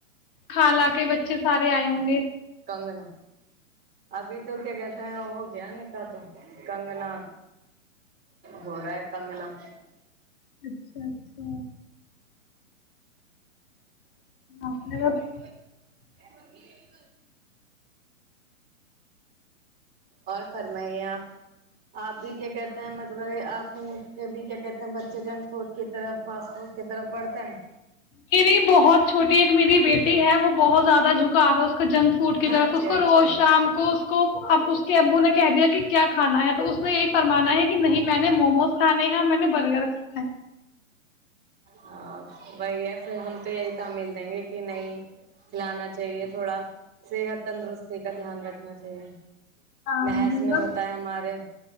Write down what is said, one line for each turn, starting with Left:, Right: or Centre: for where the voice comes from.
Left: خالہ کے بچے سارے آئے ہوں گے
Right: کنگنا ابھی تو کیا کہتے ہیں ہو گیا نہ کہا تو کنگنا ہو رہا ہے کنگنا <inaudible> <inaudible>
Left: اچھا اچھا
Right: <inaudible>
Left: آپ نے بس
Right: اور فرمائیں آپ آپ بھی کیا کہتے ہیں مطلب آپ ان سے بھی کیا کہتے ہیں بچے جنگ فوڈ کی طرف فاسٹ فوڈ کی طرف بڑھتے ہیں
Left: میری بہت چھوٹی ایک میری بیٹی ہے وہ بہت زیادہ جھنگ آ گا اس کو جنک فوڈ کی طرف
Right: اچھا
Left: اس کو
Right: اچھا
Left: روز شام کو اس کو اب اس کے ابو نے کہہ دیا کہ کیا کھانا ہے تو اس نے یہی فرمانا ہے کہ نہیں میں نے موموز کھانے ہیں میں نے برگر کھانا ہے
Right: ہاں وہی ہے پھر ہم تو یہی تعمیل دیں گے کہ نہیں کھلانا چاہیے تھوڑا صحت تندرستی کا دھیان رکھنا چاہیے
Left: ہاں
Right: محض
Left: جی
Right: میں
Left: بس
Right: ہوتا ہے ہمارے